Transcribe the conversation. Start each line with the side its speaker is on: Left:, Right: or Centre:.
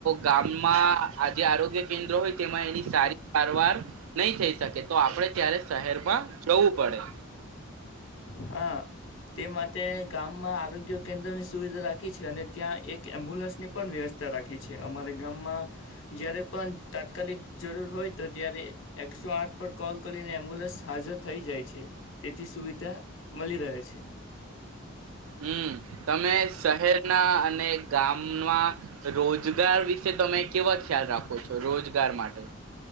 Right: ગામમાં આજે આરોગ્ય કેન્દ્ર હોય. તેમાં એની સારી સારવાર નહી થઈ શકે તો આપણે ત્યારે શહેરમાં જવું પડે.
Left: હા તે માટે ગામમાં આરોગ્ય કેન્દ્રની સુવિધા રાખી છે અને ત્યાં એક એમ્બ્યુલન્સની પણ વ્યવસ્થા રાખી છે અમારે ગામમાં જય્યારે પણ તાત્કાલિક જરૂર હોય તો ત્યારે એકસો આઠ પર કોલ કરીને એમ્બ્યુલન્સ હાજર થઈ જાય છે. થી સુવિધા મળી રહે છે.
Right: હમ. તમે શહેર ના અને ગામમાં રોજગાર વિશે તમે કેવા ખ્યાલ રાખો છો રોજગાર માટે